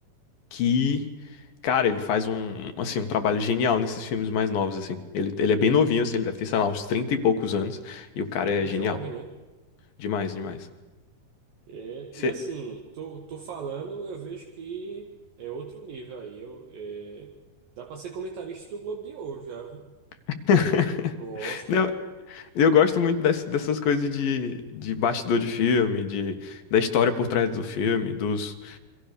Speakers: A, on the left (about 65°); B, on the right (about 65°).
A: que, cara, ele faz um, assim, um trabalho genial nesses filmes mais novos, assim. Ele, ele é bem novinho, assim, ele deve ter, sei lá, uns 30 e poucos anos, e o cara
B: É
A: é genial.
B: jovem, né?
A: Demais, demais.
B: É,
A: Você-
B: e assim, tô, tô falando, eu vejo que é outro nível aí. Eu, é, dá pra ser comentarista do Globo de Ouro já, viu?
A: <laughs>
B: Do Oscar.
A: Não, eu gosto muito dess- dessas coisas de, de bastidor de filme, de, da história por trás do filme, dos,